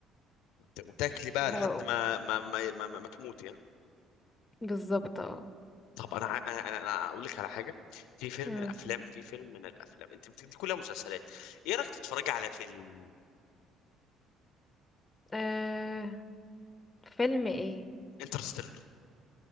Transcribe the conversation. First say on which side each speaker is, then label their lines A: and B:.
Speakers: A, on the left; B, on the left.
A: وت- وتاكلي بقى
B: و-
A: لحد ما ما ما, ما, ما, ما تموتي ها؟
B: بالظبط اه
A: طب انا ع- انا انا أنا اقول لك على حاجه في فيلم
B: مم.
A: من الافلام في فيلم من الافلام انت بتدي كلها مسلسلات ايه رايك تتفرجي على فيلم
B: آه فيلم ايه
A: انترستيلر